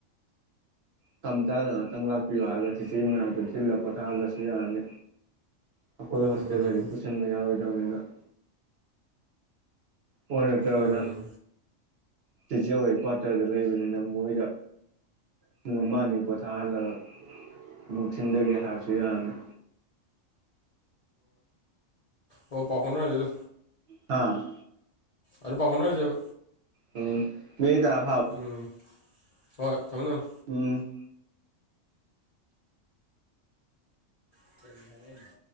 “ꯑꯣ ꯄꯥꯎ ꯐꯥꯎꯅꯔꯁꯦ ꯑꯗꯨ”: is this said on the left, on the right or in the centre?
Left